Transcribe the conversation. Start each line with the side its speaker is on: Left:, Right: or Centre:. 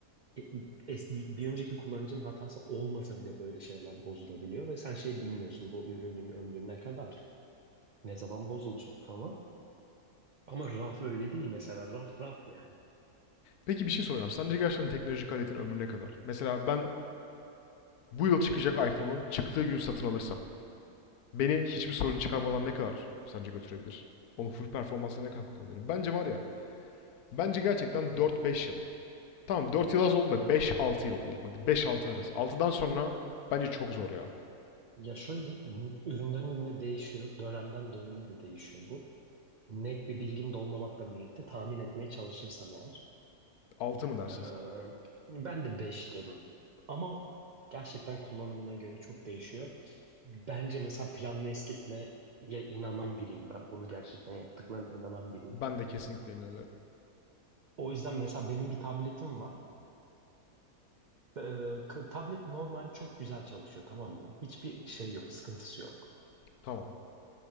Right: e, es- bir önceki kullanıcının hatası olmasa bile böyle şeyler bozulabiliyor ve sen şey bilmiyorsun bu ürünün ömrü ne kadar ne zaman bozulacak falan. Ama raf öyle değil mesela raf raf yani.
Left: Peki bir şey soracağım. Sence gerçekten teknolojik aletin ömrü ne kadar? Mesela ben bu yıl çıkacak iPhone'u çıktığı gün satın alırsam beni hiçbir sorun çıkarmadan ne kadar sence götürebilir? Onu full performansa ne kadar kullanabilirim? Bence var ya. Bence gerçekten dört beş yıl. Tamam 4 yıl az oldu da beş altı yıl diyelim. Hadi beş altı arası. altıdan sonra bence çok zor ya.
Right: Ya şöyle üründen ürüne değişiyor dönemden döneme de değişiyor bu. Net bir bilgim de olmamakla birlikte tahmin etmeye çalışırsam eğer
Left: altı mı dersin
Right: Ee,
Left: sen?
Right: ben de 5 derim. Ama gerçekten kullanımına göre çok değişiyor. Bence mesela planlı eskitmeye inanan biriyim ben. Bunu gerçekten yaptıklarına inanan biriyim.
Left: Ben de kesinlikle inanıyorum.
Right: O yüzden mesela benim bir tabletim var. Ee, k- tablet normal çok güzel çalışıyor tamam mı? Hiçbir şey yok, sıkıntısı yok.
Left: Tamam.